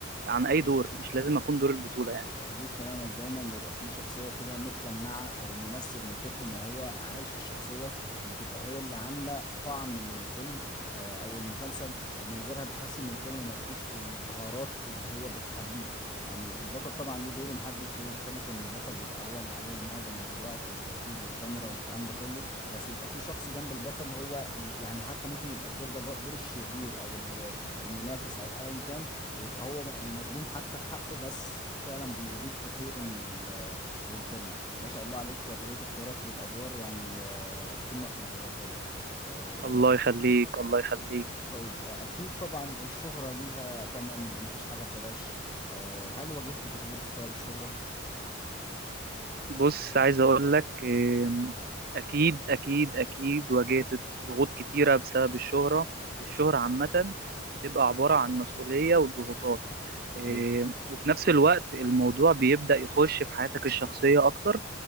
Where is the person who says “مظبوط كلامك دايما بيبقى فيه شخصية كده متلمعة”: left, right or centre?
Left